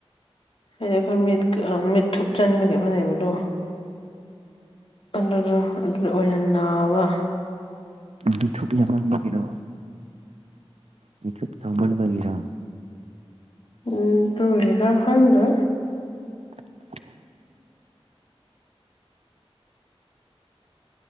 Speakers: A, on the left (about 60°); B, on the right (about 85°).
A: ꯍꯥꯏꯗꯤ ꯑꯩꯈꯣꯏ ꯃꯤꯠ ꯃꯤꯠ ꯊꯨꯞꯆꯟꯕꯒꯤ ꯑꯃ ꯂꯩꯕꯗꯣ ꯑꯗꯨꯗꯨ ꯑꯗꯨꯗ ꯑꯣꯏꯅ ꯅꯥꯕ
B: ꯃꯤꯊꯨꯞ ꯌꯥꯝꯃꯕꯒꯤꯔꯣ ꯃꯤꯊꯨꯞ ꯆꯥꯎꯃꯥꯟꯕꯒꯤꯔꯣ
A: ꯎꯝ ꯑꯗꯨꯒꯤꯔ ꯈꯪꯗꯦ
B: <unintelligible>